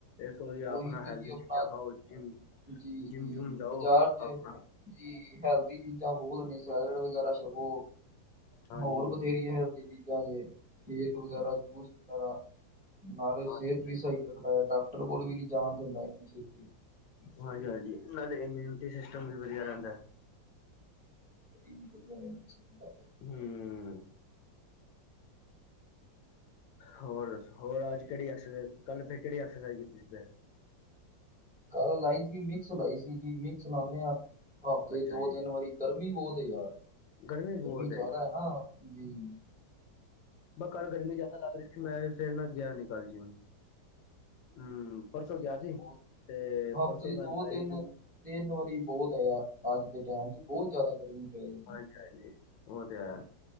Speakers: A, on the left (about 80°); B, in the centre.
A: ਇਸ ਤੋਂ ਵਧੀਆ ਆਪਣਾ
B: ਉਹੀ
A: ਹੈਲਦੀ
B: ਤੁਸੀਂ ਆਪਣਾ
A: ਚੀਜ਼ਾਂ ਖਾਓ, ਜਿਮ
B: ਜੀ
A: ਜਿੰਮ-ਜੁੰਮ
B: ਜੀ
A: ਜਾਓ
B: ਬਾਜ਼ਾਰ ਚ
A: ਆਪਣਾ।
B: ਜੀ ਹੈਲਦੀ ਚੀਜ਼ਾਂ ਬਹੁਤ ਨੇ ਸੈਲਡ ਵਗੈਰਾ ਛਪੋ
A: ਹਾਂਜੀ
B: ਹੋਰ
A: ਹੂੰ
B: ਬਥੇਰੀਆਂ ਹੇ। ਚੀਜ਼ਾਂ ਜੇ ਕੇਕ ਵਗੈਰਾ, ਜੂਸ ਵਗੈਰਾ ਨਾਲੇ
A: ਹਾਂਜੀ
B: ਸਿਹਤ ਵੀ ਸਹੀ ਰੱਖਦਾ ਏਦਾਂ ਕੋਲ ਵੀ ਨੀ ਜਾਣ ਦਿੰਦਾ ਇੰਨੀ ਛੇਤੀ
A: ਹਾਂਜੀ ਹਾਂਜੀ, ਨਾਲੇ ਇਮਿਊਨਿਟੀ ਸਿਸਟਮ ਵੀ ਵਧੀਆ ਰੈਂਦਾ।
B: ਵਟੀਮ ਗੁਰੂਆ ਰਣਜੀਤ ਸਿੰਘ ਬਾਬਾ।
A: ਹਂ। ਹੋਰ ਦੱਸੋ, ਹੋਰ ਅੱਜ ਕੇੜੀ ਐਕਸਾਈਜ਼ ਕੱਲ ਫੇਰ ਕਿਹੜੀ ਐਕਸਰਸਾਈਜ਼ ਕੀਤੀ ਸੀ ਫਿਰ।
B: ਗੱਲ ਲਾਈ ਸੀ, ਮਿਕਸ ਲਾਈ ਸੀ ਜੀ ਮਿਕਸ ਲਾਣੇ ਆਂ ਹਫ਼ਤੇ
A: ਅੱਛਾ
B: ਦੋ-ਤਿੰਨ
A: ਜੀ।
B: ਵਾਰੀ। ਗਰਮੀ ਬੋਤ ਐ ਯਾਰ।
A: ਗਰਮੀ ਬੋਤ
B: ਜ਼ਿਆਦਾ
A: ਐ।
B: ਹੈ ਨਾ ਜੀ
A: ਮੈਂ ਕੱਲ ਗਰਮੀ ਜ਼ਿਆਦਾ ਲੱਗ ਰਹੀ ਸੀ, ਮੈਂ ਫਿਰ ਨਾ ਗਿਆ ਨੀ ਕੱਲ ਜੀਂਮ ਹਂ,
B: ਸੀ
A: ਪਰਸੋਂ ਗਿਆ ਸੀ
B: ਬਹੁਤ
A: ਤੇ
B: ਹਫ਼ਤੇ
A: ਪਰਸੋਂ ਮੈਂ
B: ਦੋ
A: <unintelligible>
B: ਤਿੰਨ ਤਿੰਨ ਵਾਰੀ ਬਹੁਤ ਆਇਆ, ਅੱਜ ਦੇ ਟਾਈਮ ਚ ਬੋਤ ਜਿਆਦਾ ਗਰਮੀ ਪੈ ਗਈ।
A: ਹੈਂਜੀ, ਉਹ ਤੇ ਐ।